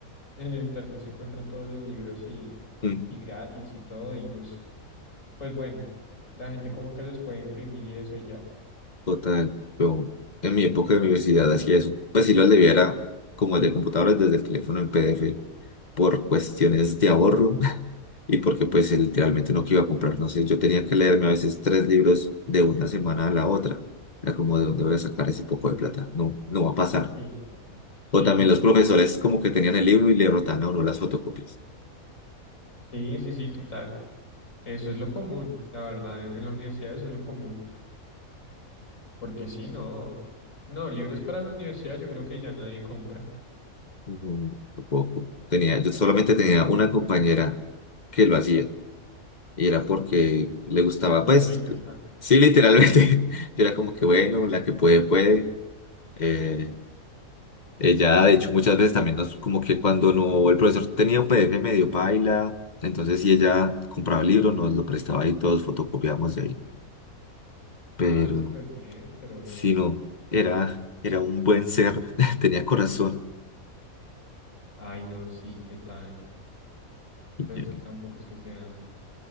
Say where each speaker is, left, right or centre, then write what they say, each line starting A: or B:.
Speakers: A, on the left (about 60°); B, on the left (about 30°).
A: en el internet se encuentran todos los libros y,
B: Mm.
A: y gratis y todo, y pues, pues bueno, la gente como que los puede imprimir y eso y ya.
B: Total, yo en mi época de universidad hacía eso. Pues sí lo aliviara como el de computadores desde el teléfono en PDF por cuestiones de ahorro <laughs> y porque pues eh, literalmente no que iba a comprar, no sé, yo tenía que leerme a veces tres libros de una semana a la otra. Era como de dónde voy a sacar ese poco de plata. No, no va a pasar.
A: sí, no.
B: O
A: Sí,
B: también
A: no,
B: los profesores
A: no.
B: como que tenían el libro y le rotaban a uno las fotocopias.
A: Sí, sí, sí, total. Eso es lo común, la verdad, en, en la universidad eso es lo común. Porque sí, no. No, libros para la universidad yo creo que ya nadie compra.
B: No, no puedo. Tenía, yo solamente tenía una compañera que lo hacía. Y era porque le gustaba,
A: La más
B: pues,
A: rica. Ah,
B: sí, literalmente. <laughs> Yo era como que, bueno, la que puede, puede. Eh, ella, de hecho, muchas veces también nos, como que cuando no, el profesor tenía un PDF medio paila, entonces si ella compraba el libro, nos lo prestaba y todos fotocopiábamos de ahí. Pero,
A: ah, súper bien, pero bien.
B: si no, era, era un buen ser, <laughs> tenía corazón.
A: Ay, no, sí, ¿qué tal?
B: Y
A: Pues
B: yo,
A: que tampoco es que sea...